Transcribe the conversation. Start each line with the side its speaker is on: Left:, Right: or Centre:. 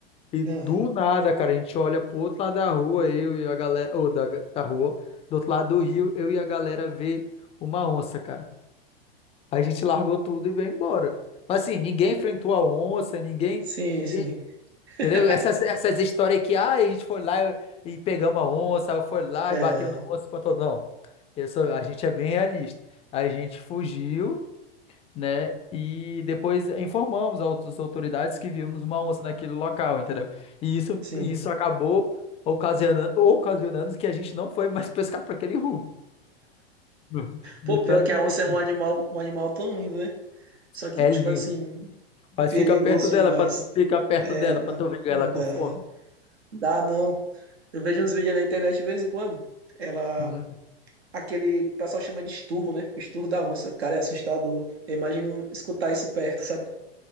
Left: E
Right: Ah,
Left: do nada, cara, a gente olha pro outro lado da rua, eu e a galera, ou da, da rua, do outro lado do rio, eu e a galera vê uma onça, cara. Aí a gente largou tudo e veio embora. Mas assim, ninguém enfrentou a onça, ninguém,
Right: sim,
Left: ninguém,
Right: sim. <laughs>
Left: entendeu? Essas, essas histórias que, ah, a gente foi lá e, e pegamos a onça, ou foi lá
Right: É,
Left: e bateu na onça, espantou. Não, eu sou- a gente é bem realista. A gente fugiu né? E depois informamos ao- as autoridades que vimos uma onça naquele local, entendeu? E isso,
Right: sim.
Left: isso acabou ocasionando, ocasionando que a gente não foi mais <laughs> pescar para aquele rumo. <laughs> De
Right: Pô,
Left: tanto
Right: pior que a onça
Left: medo.
Right: é um animal, um animal tão lindo, né? Só que,
Left: É
Right: tipo
Left: lindo.
Right: assim,
Left: Mas
Right: perigoso
Left: fica perto dela
Right: demais.
Left: para tu fica perto
Right: É,
Left: dela
Right: não,
Left: para tu ver ela
Right: não
Left: com
Right: dá.
Left: fome.
Right: Dá não. Eu vejo uns vídeos na internet de vez em quando. Ela.
Left: Hum.
Right: Aquele que o pessoal chama de esturro, né? O esturro da onça. Cara, é assustador. Eu imagino escutar isso perto, sabe?